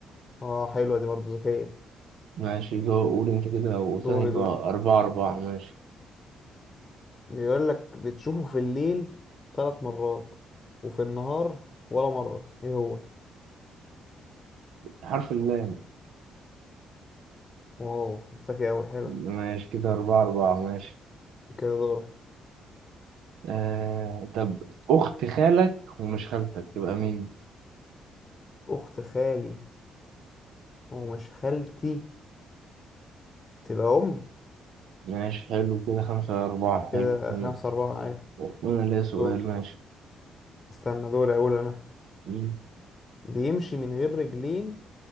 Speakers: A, on the left; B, on the right.
A: آه حلوة دي برضه ذكية
B: ماشي جو- قول انت كده وثاني
A: دوري
B: يبقى
A: دوري
B: أربعة أربعة ماشي
A: بيقول لك بتشوفه في الليل ثلاث مرات وفي النهار ولا مرة إيه هو
B: حرف اللام
A: واو ذكي أوي حلو
B: ماشي كده أربعة أربعة ماشي
A: كده دورك
B: آه طب أخت خالك ومش خالتك تبقى مين؟
A: أخت خالي ومش خالتي تبقى أمي
B: ماشي حلو كده خمسة على أربعة
A: كده
B: حلو وأنا
A: خمسة أربعة أيوة
B: وأنا ليا سؤال
A: دوري
B: ماشي
A: استنى دوري أقول أنا
B: مين
A: بيمشي من غير رجلين